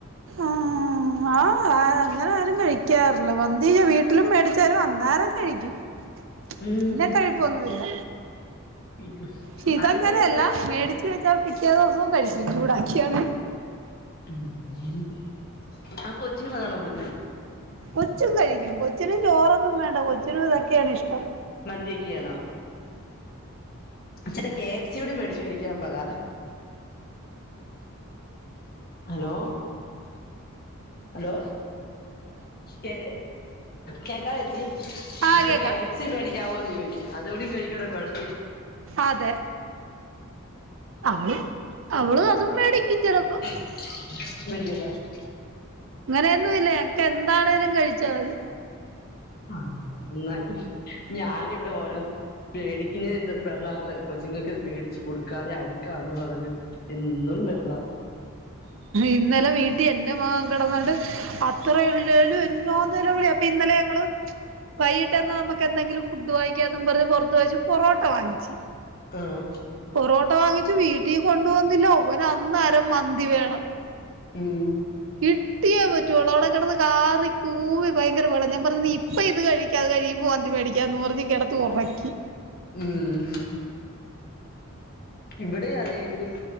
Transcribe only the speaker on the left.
ഉം
<inaudible>
അതിന്റെ ഇത്
ഉം ആകൊച്ചിന് വതണൊകൊട്
മന്തിക്കെയാണോ ച്ചരെ കെ എഫ് സിയുടിംമേടിച്ചുകഴിക്കാൻപറ ഹലോ ഹലോ കേ കേക്കാവേച്ചി
ഒരു
കെ എഫ് സി മേടിക്കാവോന്ന്ചോയിച്ച് അതൂടിം കഴിക്കാണെ കൊഴ <inaudible>
<inaudible>
ആഹ് <unintelligible> ഞാനിവിടെ ഓരോന്ന് പേടിക്കിലേന്തൊരു ബഹളാന്നഹ് കൊച്ചിങ്ങക്ക്ത് മേടിച്ച് കൊടുക്കാതെ അഴിക്കാവുന്ന് പറഞ്ഞ് എന്നും ബഹളാ
ആഹ്
ഉം
ഉംഹ് ഇവിടെ അതന്ന്യയാ